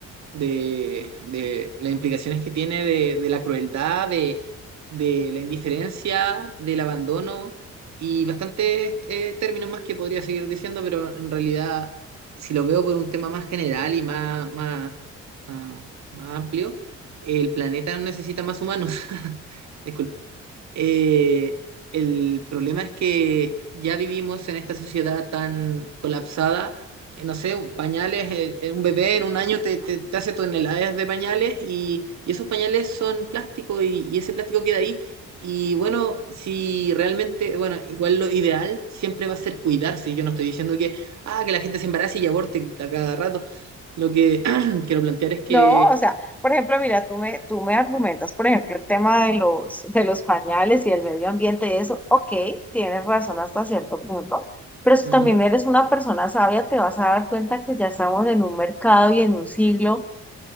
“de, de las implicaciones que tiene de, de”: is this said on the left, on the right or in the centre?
Right